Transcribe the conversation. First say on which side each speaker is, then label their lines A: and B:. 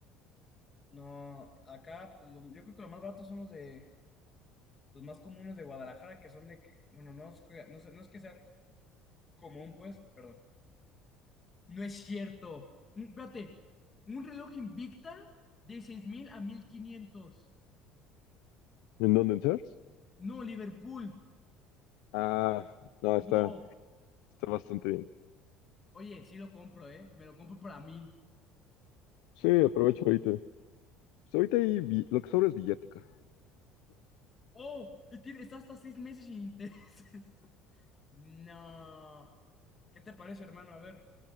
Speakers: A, on the left (about 20°); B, on the left (about 80°).
A: No, acá, pues lo- yo creo que lo más barato son los de los más comunes de Guadalajara, que son de, que- bueno, no es, que- no sé- no es que sea común, pues, perdón. No es cierto. Un- espérate, un reloj Invicta de 6.000 a mil quinientos
B: ¿En dónde, en Sears?
A: No, Liverpool,
B: Ah, no, está,
A: no.
B: está bastante bien.
A: Oye, sí lo compro, ¿eh? Me lo compro para mí.
B: Sí, aprovecho ahorita. Pues ahorita hay bi- lo que sobra es billete, carnal.
A: Oh, y tiene, está hasta seis meses sin intereses. <laughs> No. ¿Qué te parece, hermano? A ver.